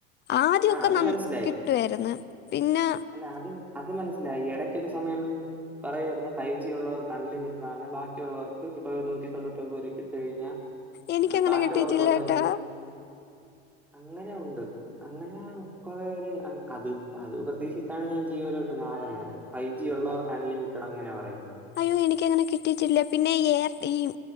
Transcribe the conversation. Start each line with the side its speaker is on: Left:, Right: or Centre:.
Left: ആദ്യൊക്കെ
Centre: ആ അത്
Left: ന
Centre: മനസ്സിലായി.
Left: കിട്ടുവായിരുന്നു പിന്നെ
Centre: അല്ല ആദ്യം അത് മനസ്സിലായി ഇടയ്ക്കൊരു സമയം പറയുമായിരുന്ന ഫൈവ് ജി ഒള്ളവക്ക് അൺലിമിറ്റഡ് ആണ് ബാക്കിയുള്ളവർക്ക് ഇപ്പൊ നൂറ്റി തൊണ്ണൂറ്റിമ്പത് രൂപക്ക് ഇട്ട് കഴിഞ്ഞാൽ
Left: എനിക്കങ്ങനെ
Centre: ബാക്കിയുള്ളവർക്ക്
Left: കിട്ടിയിട്ടില്ല
Centre: ഒന്നര
Left: ട്ടാ
Centre: ജീ ബി അങ്ങനെ ഉണ്ട് അങ്ങനെ കൊറെ ഒരു അത് അത് പ്രതീക്ഷിച്ചാണ് ഞാൻ ജീ യോലോട്ട് മാറണത് ഫൈവ് ജി ഉള്ളവർക്ക് അൺലിമിറ്റഡ് അങ്ങനെ പറയും
Left: അയ്യോ എനിക്കങ്ങനെ കിട്ടിയിട്ടില്ല പിന്നെ ഈർ ഈ